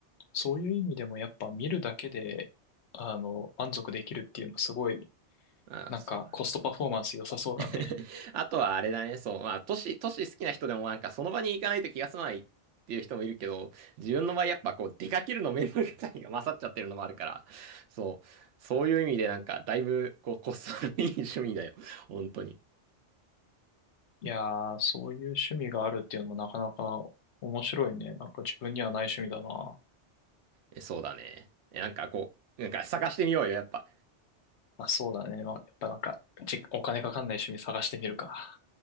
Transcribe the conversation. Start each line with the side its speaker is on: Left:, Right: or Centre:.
Left: そういう意味でもやっぱ見るだけで、あの、満足できるっていうのすごい、
Right: ああ、
Left: なんかコストパフォーマンス良さそうだね。
Right: そうだ。<laughs> あとはあれだね。そう、まあ、都市、都市好きな人でもなんか、その場に行かないと気が済まないっていう人もいるけど、自分の場合やっぱこう、出かけるの面倒くさいが勝っちゃってるのもあるから、そう、そういう意味でなんか、だいぶ、こう、こっそりいい趣味だよ。本当に。
Left: いやー、そういう趣味があるっていうのもなかなか面白いね。なんか自分にはない趣味だな。ま
Right: えそうだね。えなんかこう、なんか探してみようよ、やっぱ。
Left: あそうだね。まあ、やっぱなんか、じ、お金かかんない趣味探してみるか。